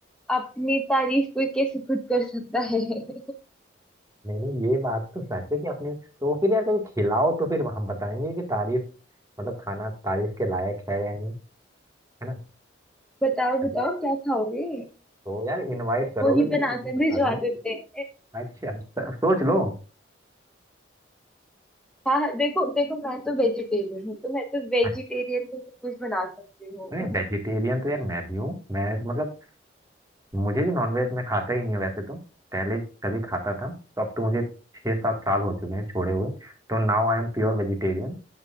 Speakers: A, in the centre; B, on the right.
A: अपनी तारीफ कोई कैसे खुद कर सकता है <laughs>
B: नहीं नहीं ये बात तो सच है कि अपने तो फिर यार कहीं खिलाओ तो फिर हम बताएंगे कि तारीफ मतलब खाना तारीफ के लायक है या नहीं है ना
A: बताओ
B: अभी
A: बताओ क्या खाओगे
B: तो यार इनवाइट
A: <laughs>
B: करोगे
A: वही
B: जिसे
A: बनाकर
B: उसे बता
A: भिजवा
B: देंगे
A: देते हैं
B: अच्छा तो सोच लो
A: हाँ हाँ, देखो देखो मैं तो वेजिटेरियन हूँ तो मैं तो वेजिटेरियन
B: अच्छा,
A: में भी कुछ बना सकती हूँ
B: नहीं
A: <laughs>
B: वेजिटेरियन तो यार मैं भी हूँ मैं मतलब मुझे भी नॉनवेज मैं खाता ही नहीं हूँ वैसे तो पहले कभी खाता था तो अब तो मुझे छः सात साल हो चुके हैं छोड़े हुए तो now I am pure vegetarian